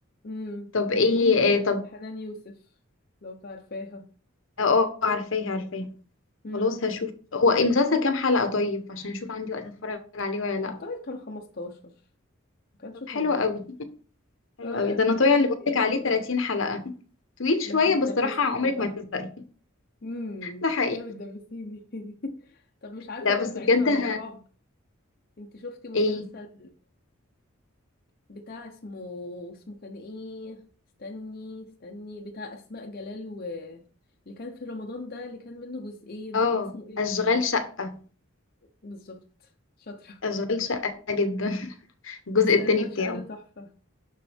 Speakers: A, on the left; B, on the left.
A: امم
B: طب
A: وكانت
B: ايه
A: مامته
B: إيه، طب
A: حنان يوسف لو تعرفاها
B: اه آه، عارفاه عارفاه
A: امم
B: خلاص هشوف هو إيه المسلسل كام حلقه طيب عشان اشوف عندي وقت اتفرج عليه ولا لا
A: أعتقد كان 15 ما كانش
B: طب
A: طويل
B: حلو قوي حلو
A: اه
B: قوي
A: لا
B: ده
A: كان
B: انا
A: لذيذ
B: طويل اللي بقولك
A: يعني
B: عليه 30 حلقه <laughs> طويل شويه
A: ده انتي بتدبسيني
B: بس صراحه عمرك
A: بقى
B: ما هتزهقي
A: امم انت
B: ده حقيقي
A: كده بتدبسيني <laughs> طب مش عارفة
B: لا
A: بقى
B: بس
A: بعيدا
B: بجد
A: عن
B: ه...
A: الرعب انت شفتي مسلسل
B: ايه
A: بتاع اسمه اسمه كان ايه استني استني بتاع اسماء جلال و اللي كان في رمضان ده اللي كان منه جزئين
B: اه
A: كان اسمه ايه
B: اشغال شقة
A: بالظبط شاطرة
B: اشغال شقة جدا <laughs> الجزء
A: بس
B: التاني
A: اشغال
B: بتاعه
A: شقة ده تحفة